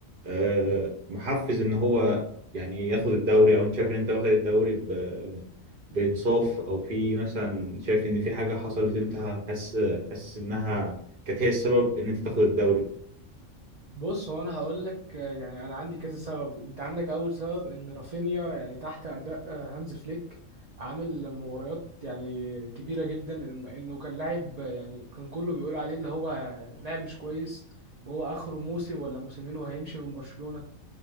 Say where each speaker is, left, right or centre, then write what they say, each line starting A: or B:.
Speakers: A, on the right; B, on the right.
A: آه، محفز ان هو يعني ياخد الدوري او انت شايف ان انت واخد الدوري ب- بانصاف او في مثلا شايف ان في حاجة حصلت انت حاسس حاسس انها كانت هي السبب ان انت تاخد الدوري
B: بص هو انا هقول لك آه، يعني انا عندي كذا سبب انت عندك اول سبب ان رافينيا يعني تحت اداء آه، هانز فليك عامل مباريات يعني كبيره جدا إن- انه كان لاعب آه، يعني كان كله بيقول عليه اللي هو يعني لاعب مش كويس وهو اخره موسم ولا موسمين وهيمشي من برشلونه